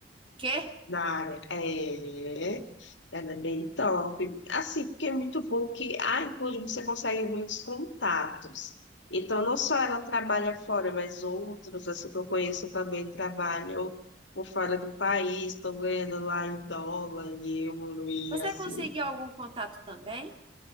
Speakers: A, on the right; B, on the left.
A: Quê?
B: Na área. É, é, ela é bem top. Assim, porque é muito bom que a Include você consegue muitos contatos. Então, não só ela trabalha fora, mas outros, assim, que eu conheço também trabalham por fora do país, estão ganhando lá em dólar, em euro, e
A: Você
B: assim.
A: conseguiu algum contato também?